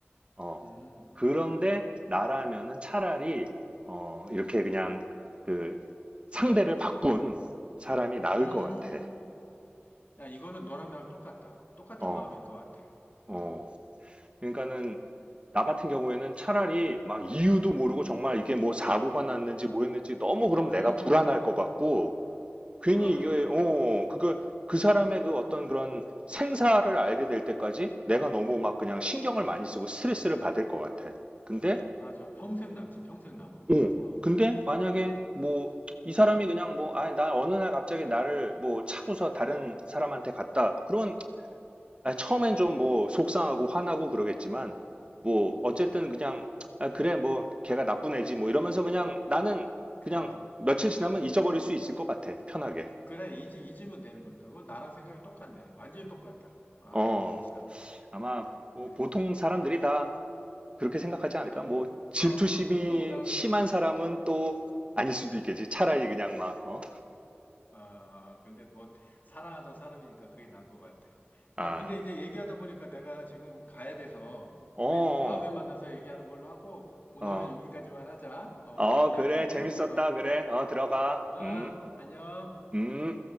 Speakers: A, on the right (about 25°); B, on the left (about 45°).
A: 어.
B: 음,
A: 그런데 나라면은 차라리 어, 이렇게 그냥 그 상대를 바꾼 사람이 나을
B: 음.
A: 것 같아.
B: 야, 이거는 너랑 나랑 똑같다. 똑같은
A: 어,
B: 마음일 것 같아.
A: 어.
B: 음,
A: 그러니까는 나 같은 경우에는 차라리 막 이유도 모르고 정말 이게 뭐 사고가 났는지 뭐였는지 너무 그럼
B: 음,
A: 내가 불안할 것 같고 괜히
B: 그래.
A: 이게 어, 그거 그 사람의 그 어떤 그런 생사를 알게 될 때까지 내가 너무 막 그냥 신경을 많이 쓰고 스트레스를 받을 것 같아. 근데
B: 맞아. 평생 남지, 평생 남어.
A: 어.
B: 어,
A: 근데 만약에 뭐 이 사람이 그냥 뭐 아, 나 어느 날 갑자기 나를 뭐 차고서 다른 사람한테 갔다. 뭐 그런 아, 처음엔 좀 뭐 속상하고 화나고 그러겠지만 뭐 어쨌든 그냥 아, 그래 뭐 걔가 나쁜 애지 뭐 이러면서 그냥 나는
B: 그럼.
A: 그냥 며칠
B: 음,
A: 지나면 잊어버릴 수 있을 것 같아. 편하게.
B: 그래, 잊, 잊으면 되는 거니까. 그건 나랑 생각이 똑같네. 완전히 똑같다. 아이고,
A: 어.
B: 참.
A: 아마 뭐
B: 그래.
A: 보통 사람들이 다 그렇게 생각하지
B: 그러지
A: 않을까?
B: 않을까?
A: 뭐
B: 그럼,
A: 질투심이
B: 더군다나,
A: 심한 사람은 또 아닐 수도 있겠지. 차라리 그냥 막 어.
B: 아, 근데 뭐, 사랑하던 사람이니까 그게 난 것 같아.
A: 아.
B: 야, 근데 이제 얘기하다 보니까 내가 지금 가야 돼서,
A: 어.
B: 우리 다음에 만나서 얘기하는 걸로 하고, 오늘은
A: 어,
B: 여기까지만 하자. 어,
A: 어,
B: 미안한데.
A: 그래, 재밌었다,
B: 어.
A: 그래, 어, 들어가,
B: 아,
A: 음,
B: 안녕.
A: 음.